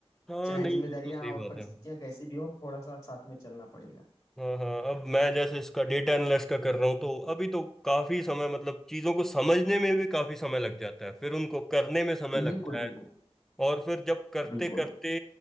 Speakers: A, in the centre; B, on the left.
A: हाँ
B: चाहे
A: नहीं
B: जिम्मेदारियां
A: वो तो सही
B: और
A: बात
B: परिस्थितियां
A: है
B: कैसी भी हो थोड़ा सा साथ में चलना पड़ेगा
A: हाँ हाँ अब मैं जैसे इसका डेटा एनालिस्ट का कर रहा हूँ तो अभी तो काफी समय मतलब चीजों को समझने में भी काफी समय लग जाता है फिर उनको करने में समय लगता
B: बिल्कुल
A: है
B: बिल्कुल
A: और फिर जब करते
B: बिल्कुल
A: करते